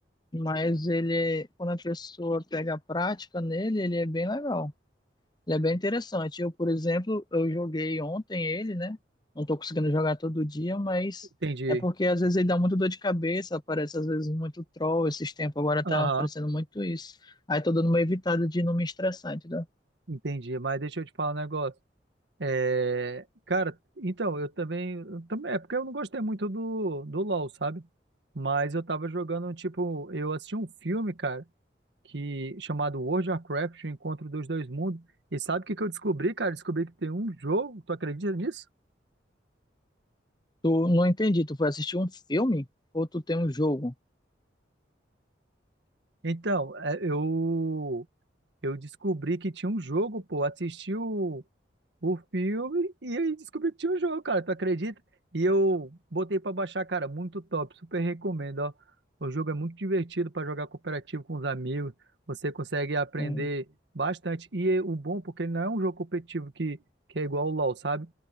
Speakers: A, on the left (about 25°); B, on the right (about 70°).
A: Mas ele, quando a pessoa pega a prática nele, ele é bem legal. Ele é bem interessante. Eu, por exemplo, eu joguei ontem ele, né? Não tô conseguindo jogar todo dia, mas
B: Entendi.
A: é porque às vezes ele dá muito dor de cabeça, aparece às vezes muito troll esses tempos, agora
B: Aham,
A: tá aparecendo muito isso. Aí tô dando uma evitada de não me estressar, entendeu?
B: entendi. Mas deixa eu te falar um negócio. É, cara, então, eu também, eu também. É porque eu não gostei muito do, do LOL, sabe? Mas eu tava jogando, tipo, eu assisti um filme, cara. que chamado World of Warcraft, o Encontro dos Dois Mundos. E sabe o que que eu descobri, cara? Descobri que tem um jogo, tu acredita nisso?
A: Tu não entendi, tu foi assistir um filme ou tu tem um jogo?
B: Então, é, eu eu descobri que tinha um jogo, pô, assisti o, o filme e aí descobri que tinha um jogo, cara. Tu acredita? E eu botei pra baixar, cara. Muito top. Super recomendo, ó. O jogo é muito divertido pra jogar cooperativo com os amigos. Você consegue aprender
A: Tem,
B: bastante. E é o bom, porque ele não é um jogo competitivo que, que é igual o LoL, sabe?